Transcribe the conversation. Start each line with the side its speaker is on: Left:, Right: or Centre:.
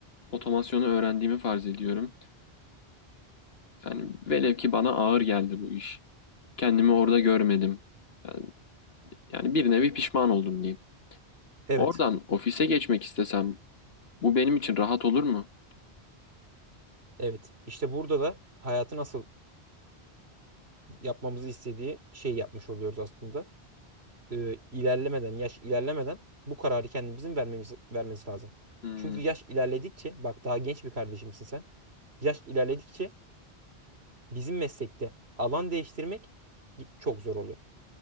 Left: Otomasyonu öğrendiğimi farz ediyorum. Yani velev ki bana ağır geldi bu iş. Kendimi orada görmedim. Yani, yani bir nevi pişman oldum diyeyim.
Right: Evet.
Left: Oradan ofise geçmek istesem Bu benim için rahat olur mu?
Right: Evet. İşte burada da hayatı nasıl yapmamızı istediği şeyi yapmış oluyoruz aslında. Ee, ilerlemeden, yaş ilerlemeden bu kararı kendimizin vermemiz, vermesi lazım.
Left: Hmm,
Right: Çünkü yaş ilerledikçe, bak daha genç bir kardeşimsin sen. Yaş ilerledikçe bizim meslekte alan değiştirmek çok zor oluyor.